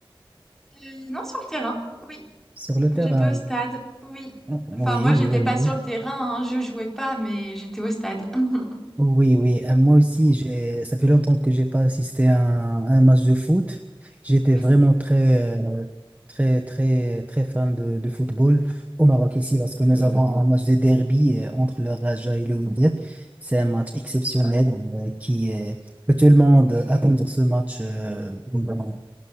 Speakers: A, in the centre; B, on the right.
A: Euh, non, sur le terrain, oui.
B: Sur le terrain.
A: J'étais au stade, oui.
B: Ah, Oui,
A: Enfin, moi, j'étais
B: oui, oui.
A: pas sur le terrain, hein, je jouais pas, mais j'étais au stade. <laughs>
B: Oui, oui, euh, moi aussi, j'ai, ça fait longtemps que j'ai pas assisté à un, à un match de foot. J'étais
A: Oui,
B: vraiment très, euh, très, très, très fan de, de football au Maroc ici parce que nous avons un match de derby euh, entre le Raja et le Wydad. C'est un match exceptionnel euh, qui est, que tout le monde attend ce match euh, pendant